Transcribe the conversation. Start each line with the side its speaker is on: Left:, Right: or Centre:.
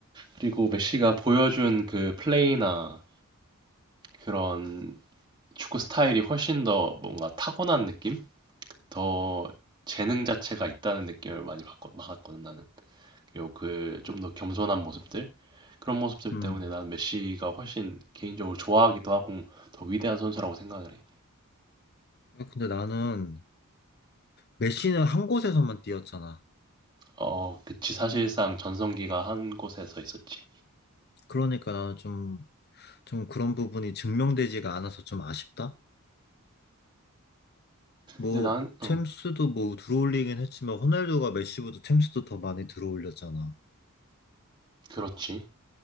Right: 그리고 메시가 보여준 그 플레이나 그런 축구 스타일이 훨씬 더 뭔가 타고난 느낌? 더 재능 자체가 있다는 느낌을 많이 받 받았거든, 나는. 그리고 그 좀 더 겸손한 모습들? 그런 모습들
Left: 음.
Right: 때문에 나는 메시가 훨씬 개인적으로 좋아하기도 하고 더 위대한 선수라고 생각을 해.
Left: 근데 나는 메시는 한 곳에서만 뛰었잖아.
Right: 어, 그치. 사실상 전성기가 한 곳에서 있었지.
Left: 그러니까 나는 좀, 좀 그런 부분이 증명되지가 않아서 좀 아쉽다. 뭐
Right: 근데 난,
Left: 챔스도
Right: 음,
Left: 뭐 들어올리긴 했지만 호날두가 메시보다 챔스도 더 많이 들어올렸잖아.
Right: 그렇지.